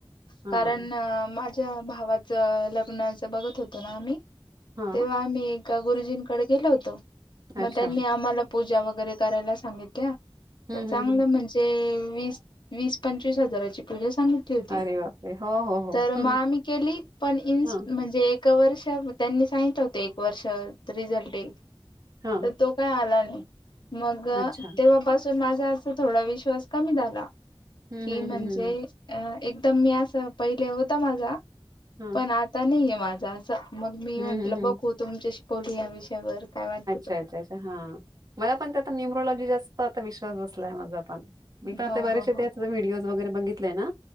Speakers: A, on the right (about 45°); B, on the left (about 55°).
A: हा
B: कारण मा. भावाच लग्नाच बघत होतो ना आम्ही
A: हा
B: तेव्हा आम्ही. का गुरुजींकडे गेलो होतो मग
A: अच्छा
B: त्यांनी आम्हाला पूजा वगैरे करायला सांगितल्या.
A: हम्म
B: तर चांगलं
A: हम्म हम्म
B: म्हणजे, वीस वीस पंचवीस हजाराची पुजा. सांगितली होती
A: अरे बापरे! हो हो हो
B: तर
A: हं
B: मग
A: हं
B: आम्ही केली पण इ
A: हां
B: म्हणजे. एक वर्ष त्यांनी सांगितलं होत एक वर्ष रिझल्ट येईल.
A: हां
B: तर तो काही आला नाही मग
A: अच्छा
B: तेव्हापासून माझा. अस थोडा विश्वास कमी झाला,
A: हं,
B: की
A: हं,
B: म्हणजे.
A: हं, हं.
B: एकदम मी असं पहिले होता माझा
A: हां.
B: पण आता नाही आहे माझा असं. मग मी
A: हं,
B: म्हटलं
A: हं,
B: बघू
A: हं.
B: तुमच्याशी बोलू या विषयावर काय वाट.
A: अच्छा अच्छा अच्छा हा, मला पण त्या आता न्युमरोलॉजी जास्त आता विश्वास बसलाय माझा पण. मी पण आता
B: हो
A: बरेचसे
B: हो हो
A: त्या, व्हिडिओज वगैरे बघितलेय ना.